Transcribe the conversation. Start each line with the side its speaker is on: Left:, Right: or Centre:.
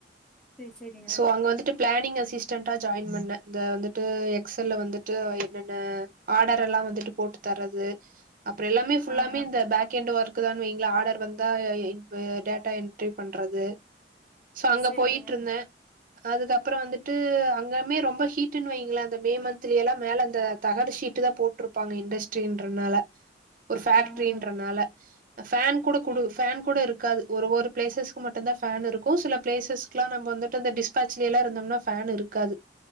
Centre: சேரி சேரிங்க
Right: சோ அங்க வந்துட்டுப் பிளானிங் அசிஸ்டன்டா ஜாயின் பண்ணே இந்த வந்துட்டு எக்ஸல்ல வந்துட்டு என்னென்ன ஆடரெல்லா வந்துட்டு போட்டு தரது அப்பறோ எல்லாமே ஃபுல்லாமே
Centre: ஆ ஆ
Right: இந்த பேக்கெண்டு ஒர்க் க்குதா வைங்ளே ஆடர் வந்தா இ இப் டேட்டா என்ட்ரி பண்றது சோ அங்க
Centre: சேரிங்க
Right: போயிட்ருந்தே அதுக்கப்பற வந்துட்டு அங்கமே ரொம்ப ஹீட்டுன்னு வைங்ளே அந்த மே மந்த்லயெல்லா மேல அந்த தகடு ஷீட் ட்டுதா போட்ருப்பாங்க இண்டஸ்ட்ரின்றனால ஒரு ஃபேக்ட்ரின்றனால
Centre: ஆ ஆ
Right: ஃபேன் கூட குடு ஃபேன் கூட இருக்காது ஒரு ஒரு பிளேசஸ்கு மட்டுந்தா ஃபேன் இருக்கு சில ப்ளேசஸ்க்லா நம்ப வந்துட்டு இந்த டிஸ்பாச்லேல்லா இருந்தோனா ஃபேன் இருக்காது